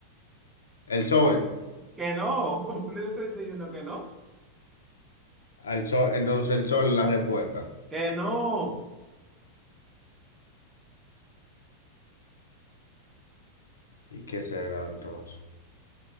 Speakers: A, on the left (about 70°); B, on the right (about 15°).
A: el sol.
B: Que no. <laughs> ¿Por qué te estoy diciendo que no?
A: El sol, entonces el sol es la respuesta.
B: Que no.
A: ¿Y qué será entonces?